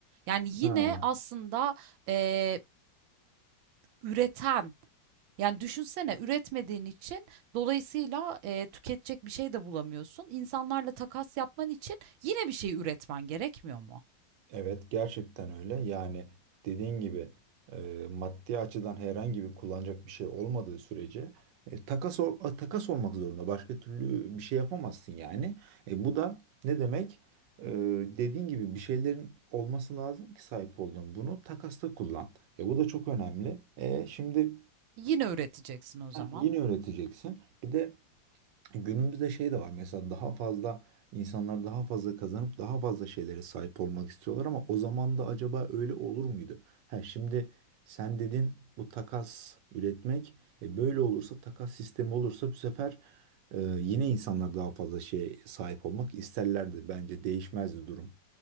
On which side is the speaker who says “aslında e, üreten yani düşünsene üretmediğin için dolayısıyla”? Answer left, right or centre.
Right